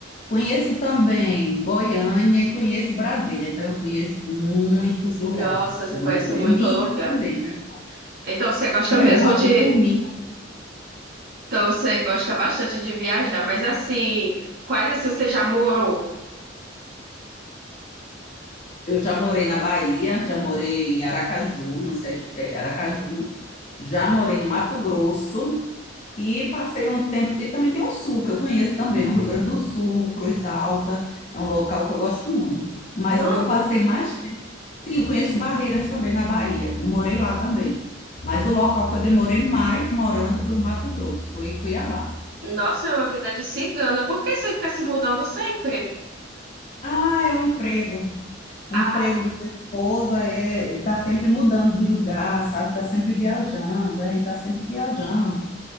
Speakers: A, on the left; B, on the right.
A: conheço também Goiânia e conheço Brasília. Então, eu conheço muitos lugares,
B: Nossa, você
A: muito
B: conhece
A: bem.
B: muito
A: Minas
B: lugar.
A: também, né?
B: Então você gosta
A: <laughs> Eu
B: mesmo
A: já
B: de
A: fui por Minas.
B: Então você gosta bastante de viajar, mas assim, quais assim você já morou?
A: Eu já morei na Bahia, já morei em Aracaju, no Sergi- eh, Aracaju, já morei no Mato Grosso. E passei um tempo. E também tem o Sul, que eu conheço também, o Rio Grande do Sul, Cruz Alta, é um local que eu gosto muito. Mas
B: Não.
A: o que eu passei mais tempo. Sim, eu conheço Barreiras também na Bahia, eu morei lá também. Mas o local que eu demorei mais morando foi o Mato Grosso, foi Cuiabá.
B: Nossa, é uma vida de cigana. Por que você fica se mudando sempre?
A: Ah, é o emprego. O
B: Ah,
A: emprego do meu esposo é, está sempre mudando de lugar, sabe? Está sempre viajando, a gente está sempre viajando.